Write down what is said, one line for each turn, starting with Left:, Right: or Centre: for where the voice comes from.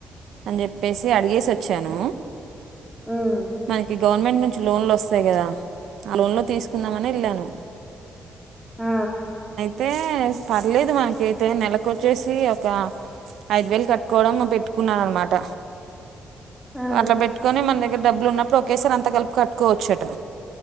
Right: అన్ చెప్ ప్పేసి అడిగేసి వచ్చాను
Centre: ఉమ్
Right: మనకి గవర్నమెంట్ నుంచి లోన్లు వస్తాయి కదా ఆ లోన్లో తీసుకుందామని వెళ్ళాను
Centre: ఆ
Right: తే పర్లేేదు మనకఅయితే నెలకొచ్చేసి ఒక ఐదు వేలు కట్టుకోవడం పెట్టుకున్నారనమాట
Centre: ఆ
Right: అట్ల పెట్టుకొని మన దగ్ డబ్బులు ఉన్నప్పుడు ఒకేసారి అంత కలుపి కట్టుకోవచ్చట